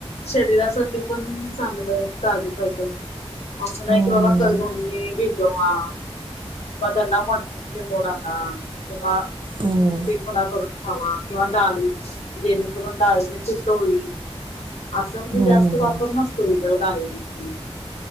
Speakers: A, on the left; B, on the right.
A: शरीरासाठी पण. चांगलं काजू तजून असं नाही,
B: हम्म,
A: की बाबा कधाननी भिजवा. माझ नवं मात तज नोड नां तेवा्हा.
B: हम्म.
A: तें पुणा करून खावां किंवा डाळी. जेने म करुन म्हणजे दाने तिटोई. आसं म्हणजे
B: हम्म,
A: जास्तं
B: हम्म,
A: वापर
B: हम्म,
A: नसतो, तेथ दळीचे.